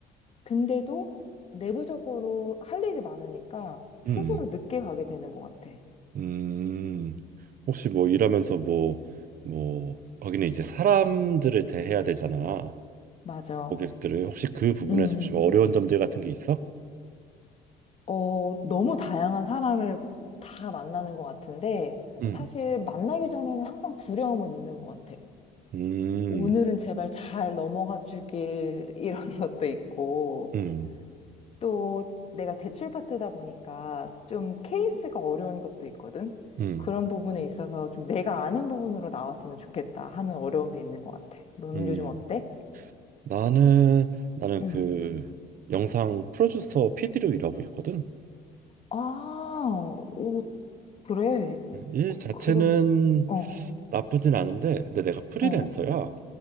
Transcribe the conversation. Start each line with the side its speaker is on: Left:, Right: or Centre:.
Left: 근데도 내부적으로 할 일이 많으니까
Right: 음,
Left: 스스로 늦게 가게 되는 것 같아.
Right: 음. 혹시 뭐 일하면서 뭐,
Left: 음.
Right: 뭐 거기는 이제 사람들을 대해야 되잖아.
Left: 맞아.
Right: 고객들을 혹시 그 부분에서
Left: 음, 음.
Right: 혹시 어려운 점들 같은 게 있어?
Left: 어, 너무 다양한 사람을 다 만나는 것 같은데,
Right: 음.
Left: 사실 만나기 전에는 항상 두려움은 있는 것 같아.
Right: 음,
Left: 오늘은 제발 잘 넘어가 주길, <laughs> 이런 것도 있고,
Right: 음,
Left: 또 내가 대출 파트다 보니까 좀 케이스가 어려운 것도 있거든.
Right: 음,
Left: 그런 부분에 있어서 좀 내가 아는 부분으로 나왔으면 좋겠다 하는 어려움도 있는 것 같아. 넌
Right: 음.
Left: 요즘 어때?
Right: 나는, 나는
Left: 응.
Right: 그 영상 프로듀서 PD로 일하고 있거든.
Left: 아, 오, 그래.
Right: 음, 일
Left: 어,
Right: 자체는
Left: 그럼, 어,
Right: 나쁘진 않은데, 근데 내가 프리랜서야.
Left: 어,